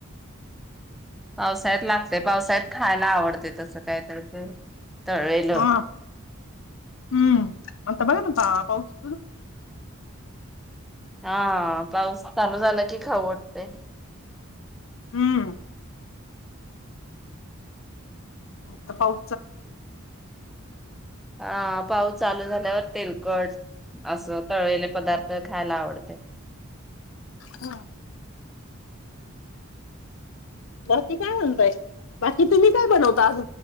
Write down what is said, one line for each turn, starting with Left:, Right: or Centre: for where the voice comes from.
Centre: आज उन्हाळ्यात लागतय, पावसाळ्यात खायला आवडत ते तसं कायतर ते तळलेल.
Left: हा हम्म आता बघा ना पा पाऊस
Centre: हा हा. पाऊस चालू झाला की खाऊ वाटतय.
Left: हम्म. आता पाऊ
Centre: आप पाऊस चालू झाल्यावर तेलकट अस तळलेल पदार्थ खाऊ वाटतंय.
Left: ह. बाकी, काय म्हणताय? बाकी, तुम्ही काय बनवता आज?